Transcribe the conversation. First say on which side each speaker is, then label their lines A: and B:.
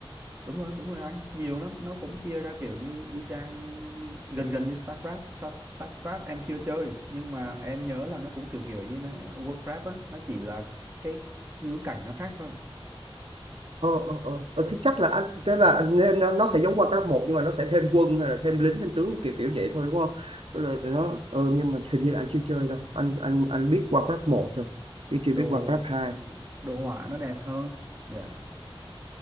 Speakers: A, on the right (about 20°); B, on the right (about 70°).
A: Đúng rồi, đúng rồi anh, nhiều lắm. Nó cũng chia ra kiểu như y chang như, gần gần như StarCraft. Sa- StarCraft em chưa chơi, nhưng mà em nhớ là nó cũng kiểu kiểu như nó, Warcraft á, nó chỉ là cái ngữ cảnh nó khác thôi
B: ờ ờ ờ Ờ, thì chắc là anh thế là anh nên nó, nó sẽ giống qua cấp một nhưng mà nó sẽ thêm quân hay là thêm lính thêm tướng kiểu kiểu vậy thôi đúng không Tức là nó ờ, nhưng mà hình như là anh chưa chơi đâu anh anh anh biết qua cấp một thôi chứ chưa
A: đồ
B: biết qua cấp hai
A: đồ họa nó đẹp hơn dạ